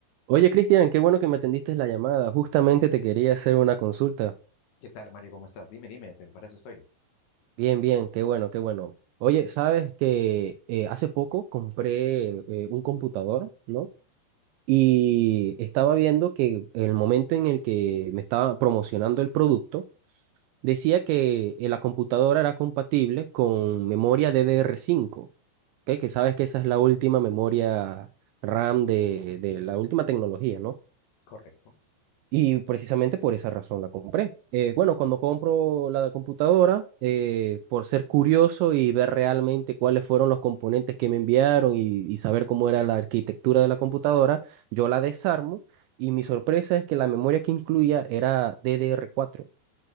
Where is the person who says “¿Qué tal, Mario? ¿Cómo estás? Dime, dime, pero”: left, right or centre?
Left